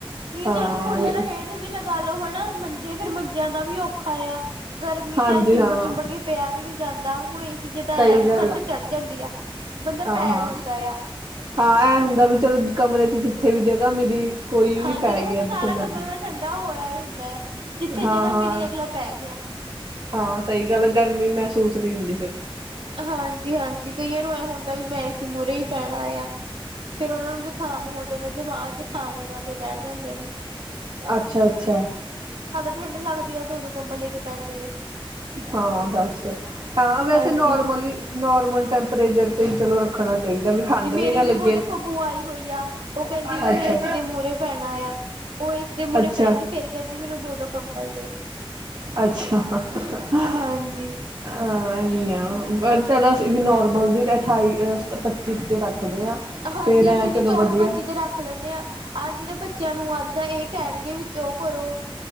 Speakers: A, on the right (about 75°); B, on the right (about 55°).
A: ਨਹੀਂ
B: ਹਾਂ
A: ਚਲੋ ਕੂਲਰ ਹੇਠ ਵੀ ਲਗਾ ਲੋ ਹੈ ਨਾ ਮੰਜੇ ਫਿਰ ਮੰਜਿਆਂ ਦਾ ਵੀ ਔਖਾ ਆ, ਗਰਮੀ ਬਈ
B: ਹਾਂਜੀ
A: ਚਲ ਚਿੰਬੜ
B: ਹਾਂ
A: ਚੁੰਬੜ ਕੇ ਪਿਆ ਵੀ ਨੀ ਜਾਂਦਾ। ਹੁਣ ਏ ਸੀ ਚ ਤਾਂ
B: ਸਹੀ
A: ਐ ਵੀ
B: ਗੱਲ
A: ਠੰਡ
B: ਆ
A: ਚੜ੍ਹ ਜਾਂਦੀ ਆ, ਬੰਦਾ
B: ਹਾਂ
A: ਪੈ
B: ਹਾਂ।
A: ਜਾਂਦਾ ਆ।
B: ਹਾਂ ਇਹਂ ਹੁੰਦਾ ਵੀ ਚਲੋ ਕਮਰੇ ਚ ਜਿੱਥੇ ਵੀ ਜਗ੍ਹਾ ਮਿਲੀ ਕੋਈ ਵੀ
A: ਹਾਂ ਜਿਹਦੇ
B: ਪੈ
A: ਕੁ
B: ਗਿਆ
A: ਸਾਰਾ
B: ਜਿੱਥੇ ਮਰਜ਼ੀ।
A: ਕਮਰਾ ਦਾ ਠੰਡਾ ਹੋਇਆ ਹੁੰਦਾ ਹੈ। ਜਿੱਥੇ
B: ਹਾਂ
A: ਜਿਹਦਾ
B: ਹਾਂ
A: ਮਿਲੀ ਅਗਲਾ ਪੈ ਗਿਆ।
B: ਹਾਂ ਸਹੀ ਗੱਲ ਆ ਗਰਮੀ ਮਹਿਸੂਸ ਨਹੀਂ ਹੁੰਦੀ ਫਿਰ।
A: ਹਾਂਜੀ ਹਾਂਜੀ ਕਈਏ ਹੁੰਦਾ ਵੀ ਮੈਂ ਏਸੀ ਮੂਹਰੇ ਹੀ ਪੈਣਾ ਆ। ਫੇਰ ਉਹਨਾ ਨੂੰ ਜੁਖਾਮ ਹੋ ਜਾਂਦਾ ਜਮਾ ਜੁਖਾਮ ਲਗਾ ਕੇ ਬੈਠ ਜਾਂਦੇ ਨੇ।
B: ਅੱਛਾ ਅੱਛਾ
A: ਠੰਡ ਲੱਗਦੀ ਆ ਦੋ ਦੋ ਕੰਬਲ ਲੈ ਕੇ ਪੈਂਦੇ ਨੇ।
B: ਹਾਂ ਦੱਸ, ਹਾਂ ਵੈਸੇ
A: ਹਾਂਜੀ
B: ਨੋਰਮਲੀ-ਨੋਰਮਲ ਟੈਂਪਰੇਚਰ ਤੇ ਹੀ ਚਲੋ ਰੱਖਣਾ ਚਾਹੀਦਾ ਵੀ ਠੰਡ।
A: ਮੇਰੇ
B: ਨਾ ਲੱਗੇ।
A: ਵੀ ਦੇਖੋ ਬੂਆ ਆਈ ਹੋਈ ਆ ਉਹ ਕਹਿੰਦੀ
B: ਅੱਛਾ
A: ਵੀ ਮੈਂ ਇਸ ਦੇ ਮੂਹਰੇ ਪੈਣਾ ਆ। ਉਹ ਏ ਸੀ ਮੂਹਰੇ
B: ਅੱਛਾ
A: ਪੈ ਗਈ ਫੇਰ ਕਹਿੰਦੀ ਮੈਨੂੰ ਦੋ ਦੋ ਕੰਬਲ ਦਿਉ।
B: ਅੱਛਾ-ਹ-ਹ-ਹਾ
A: ਹਾਂਜੀ
B: ਹਾਂ, ਇਹੀ ਆ ਚਲੋ ਵੀ ਨੋਰਮਲ ਜਿਹਾ ਅਠਾਈਜਾਂ ਪੱਚੀ ਪੁੱਚੀ ਤੇ ਰੱਖਦੇ ਹਾਂ।
A: ਹਾਂਜੀ,
B: ਫੇਰ ਐਂ
A: ਅਸੀਂ ਵੀ
B: ਚਲੋ
A: ਚੌਵੀ-ਪੱਚੀ
B: ਵਧੀਆ
A: ਤੇ ਰੱਖ ਲੈਂਏ ਆ, ਅਜ ਦੇ ਬੱਚਿਆਂ ਨੂੰ- ਤਾਂ ਇਹ ਕਹਿਣਗੇ ਵੀ ਉਹ ਕਰੋ,